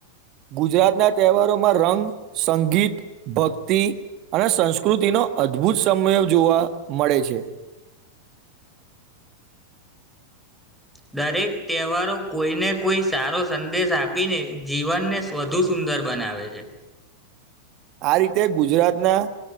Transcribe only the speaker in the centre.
દરેક તહેવારો કોઈને કોઈ સારો સંદેશ આપીને જીવનને, વધુ સુંદર બનાવે છે.